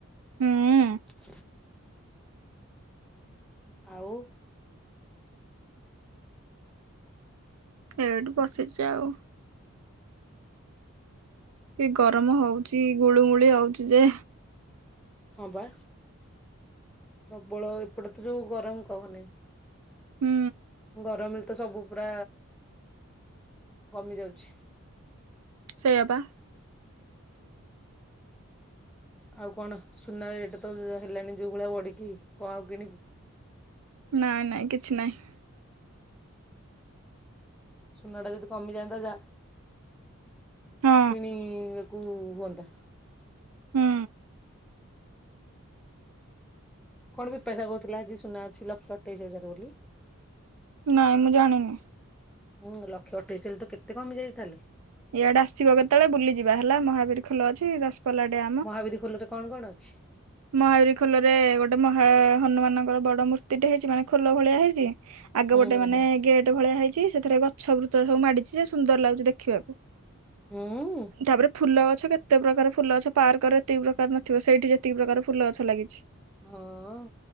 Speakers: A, on the right; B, in the centre.
A: ହୁଁ
B: <inaudible> ଆଉ
A: ଏଇଠୁ ବସିଛି ଆଉ କି ଗରମ ହଉଚ ଗୁଳୁମୁଳି ହଉଚ ଯେ
B: ହଁ ବା ପ୍ରବଳ ଏପଟେ ତ ଯେଉଁ ଗରମ କହନି
A: ହୁଁ
B: ଗରମରେ ତ ସବୁ ପୁରା କମି ଯାଉଛି
A: ସେଇ ବାବା
B: ଆଉ କଣ ସୁନା ରେଟ୍ ତ ହେଲାନି ଯେଉଁ ଭଳିଆ ବଢ଼ିକି କଣ ଆଉ କିଣିବ
A: ନଁ ନାଁ କିଛି ନାହିଁ
B: ସୁନା ଟା ଯଦି କମିଯାଆନ୍ତା ଯା
A: ହଁ
B: କିଣି କୁ ହତା
A: ହୁଁ
B: କଣ ବି ପଇସା କହୁଥିଲା ଆଜି ସୁନା ଅଛି ଲକ୍ଷ ଅଠେଇଶ ହଜାର ବୋଲି
A: ନାଇଁ ମୁଁ ଜାଣିନି
B: ଉୁଁ ଲକ୍ଷେ ଅଠେଇଶ ହେଲେ ତ କେତେ କମି ଯାଇ ତାଲେ
A: ଇଆଡେ ଆସିବ କେତେବେଳେ ବୁଲି ଯିବା ହେଲା ମହାବୀର ଖୋଲ ଅଛି ଦଶପଲା ଡ
B: ମହାବୀର ଖୋଲରେ କଣ କଣ ଅଛି?
A: ମର ଖୋଲରେ ଗୋଟେ ଗୋଟେ ମହା ହନୁମାନଙ୍କର ବଡ ମୂର୍ତ୍ତିଟେ ହେଇଛି ମାନେ ଖୋଲ ଭଳିଆ ହେଇଛି ଆଗ
B: ହୁଁ
A: ଗୋଟେ
B: ହୁଁ
A: ମାନେ
B: ହୁଁ
A: ଗେଟ୍ ଭଳିଆ ହେଇଛି ସେଥିରେ ଗଛ ବୃଛ ସବୁ ମାଡିଛି ସେ ସୁନ୍ଦର ଲାଗୁଛି ଦେଖିବାକୁ
B: ହୁଁ
A: ତାପରେ ଫୁଲଲା ଛ କେତେ ପ୍ରକାର ଫୁଲ ଗଛ ପାର୍କରେ ଏତକି ପ୍ରକାର ନଥିବ ସେଇଠି ଯେତିକି ପ୍ରକାର ଫୁଲ ଗଛ ଲାଗିଛି
B: ହଁ